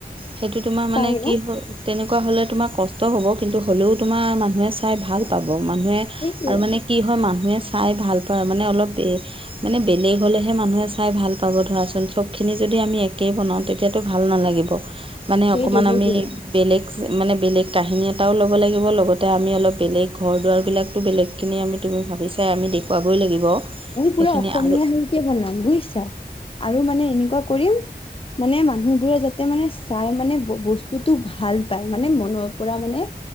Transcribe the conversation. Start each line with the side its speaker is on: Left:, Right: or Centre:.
Right: সেইটো তোমাৰ মানে
Left: পাৰি ন?
Right: কি হ' তেনেকুৱা হ'লে তোমাৰ কষ্ট হ'ব কিন্তু হ'লেও তোমাৰ মানুহে চাই ভাল পাব মানুহে আৰু
Left: সেইটোৱে
Right: মানে কি হয় মানুহে চাই ভাল পায় মানে অলপ এ মানে বেলেগ হ'লেহে মানুহে চাই ভাল পাব ধৰাচোন চবখিনি যদি আমি একেই বনাওঁ তেতিয়াতো ভাল নালাগিব মানে
Left: সেইটোৱে
Right: অকণমান আমি
Left: সেইটোৱে
Right: বেলেগ মানে বেলেগ কাহিনী এটাও ল'ব লাগিব লগতে আমি অলপ বেলেগ ঘৰ দুৱাৰবিলাকতো বেলেগ সেইখিনি আমি তুমি ভাবি চাই আমি দেখুৱাবই লাগিব
Left: মি পুৰা
Right: সেইখিনি
Left: অসমীয়া
Right: আৰু
Left: হেৰিতে বনাম বুজিছা আৰু মানে এনেকুৱা কৰিম মানে মানুহবোৰে যাতে মানে চাই মানে বস্তুতটো ভাল পায় মানে মনৰ পৰা মানে